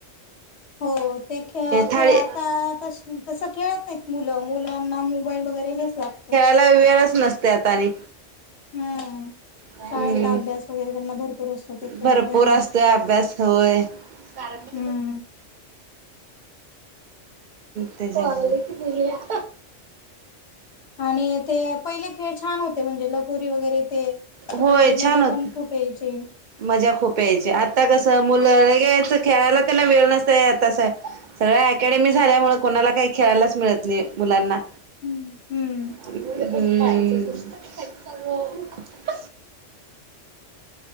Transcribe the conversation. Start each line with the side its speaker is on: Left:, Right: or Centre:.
Left: हो ते खेळ- खेळ
Right: थाळी
Left: आता तशे तसं खेळत नाहीत मुलं, मुलांना मोबाईल वगैरे हेच लागतो.
Right: लई वेळच नसतोय आता आणि
Left: हम्म
Right: <inaudible> हम्म...
Left: शाळेतला अभ्यास वगैरे त्यांना भरपूर असतो ते खेळ
Right: भरपूर
Left: खेळण्यात.
Right: असतोय अभ्यास होय... <unintelligible>
Left: हम्म
Right: ते जे <unintelligible>
Left: आणि ते पहिले खेळ छान होते, म्हणजे लगोरी वगैरे ते, त्याच्यामध्ये
Right: होय
Left: मजा
Right: छान होत
Left: पण खूप यायची.
Right: मजा खूप यायची, आता कसं मुलं लगेच खेळायला त्यांना वेळ नसतया तसं सगळ्या अकॅडमी झाल्यामुळ कोणाला काही खेळायलाच मिळत नाही, मुलांना.
Left: हम्म.
Right: हम्म. <unintelligible>